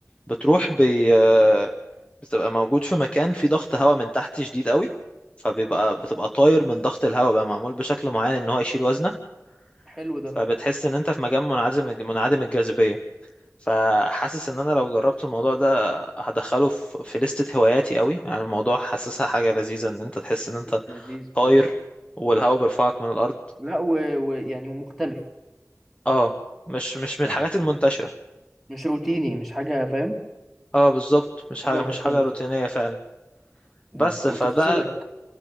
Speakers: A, on the left (about 20°); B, in the centre.
A: بتروح
B: مم،
A: بي... آه، بتبقى موجود في مكان فيه ضغط هواء من تحت شديد قوي فبيبقى بتبقى طاير من ضغط الهواء بقى معمول بشكل معين ان هو يشيل وزنك
B: حلو ده
A: فبتحس ان انت في مكان منعزم منعدم الجاذبية فحاسس ان انا لو جربت الموضوع ده هدخله في في لستة هواياتي قوي يعني الموضوع حاسسها حاجة لذيذة ان انت تحس ان انت
B: لذيذ
A: طاير
B: اه
A: والهواء بيرفعك من الارض
B: لا ويعني و... و- يعني ومختلف
A: اه مش مش من
B: يعني
A: الحاجات المنتشرة
B: مش روتيني مش حاجة فاهم
A: اه بالظبط مش حاجة
B: حاجة مختلفة
A: مش حاجة روتينية فعلا
B: مم.
A: بس
B: وتفصلك
A: فده